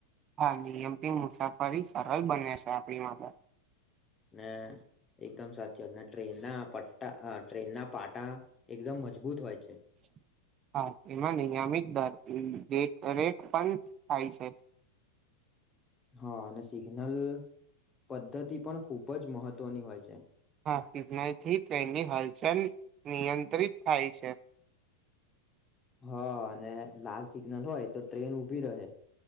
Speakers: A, on the right; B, on the left.
A: હા નિયમ થી મુસાફરી સરળ બને છે આપણી માટે.
B: ને એકદમ સાચીઆત ને ટ્રેનના પટ્ટા અ ટ્રેનના પાટા એકદમ મજબૂત હોય છે.
A: <inaudible> <inaudible> હા એમાં નિયમિત દર અમ રેટ પણ થાય છે.
B: હા અને સિગ્નલ પદ્ધતિ પણ ખૂબ જ મહત્વની હોય છે.
A: હા સિગનલથી ટ્રેનની હલચલ નિયંત્રિત થાય છે. <inaudible> <inaudible>
B: હા અને લાલ સિગ્નલ હોય તો ટ્રેન ઉભી રહે.